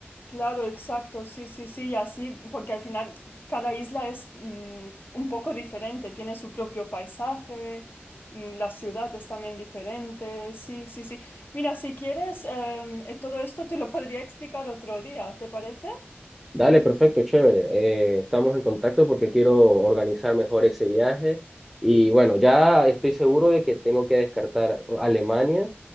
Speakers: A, on the left (about 55°); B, in the centre.
A: Claro, exacto, sí, sí, sí, y así, porque al final cada isla es mm, un poco diferente, tiene su propio paisaje, mm, la ciudad es también diferente, sí, sí, sí. Mira, si quieres, em, eh, todo esto te lo podría explicar otro día, ¿te parece?
B: Dale, perfecto, chévere, eh, estamos en contacto porque quiero organizar mejor ese viaje. Y bueno, ya estoy seguro de que tengo que descartar Alemania